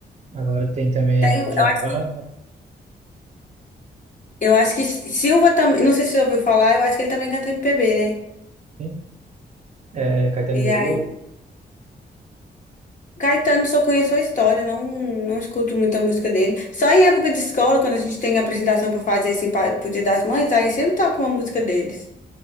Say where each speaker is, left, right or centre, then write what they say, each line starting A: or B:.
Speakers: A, on the right; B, on the left.
A: Agora tem também
B: Tem, eu
A: Djavan,
B: acho que, eu acho que Silva também, não sei se você ouviu falar, eu acho que ele também canta MPB, né?
A: sim. É, Caetano
B: E
A: Veloso.
B: aí, Caetano só conheço a história, não, não escuto muita música dele. Só em época de escola, quando a gente tem apresentação pra fazer assim, pra, pro Dia das Mães, aí sempre toca uma música deles.